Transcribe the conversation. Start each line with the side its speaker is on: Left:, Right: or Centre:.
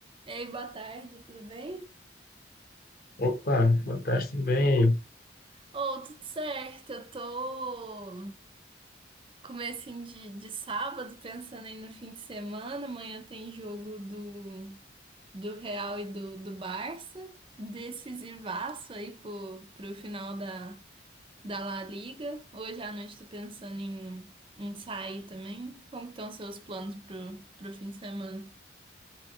Right: Ei, boa tarde, tudo bem?
Left: Opa, fantástico, bem.
Right: Oh, tudo certo, eu tô comecinho de, de sábado, pensando aí no fim de semana, amanhã tem jogo do, do Real e do, do Barça, decisivaço aí pro, pro final da, da La Liga. Hoje à noite tô pensando em, em sair também. Como estão seus planos pro, pro fim de semana?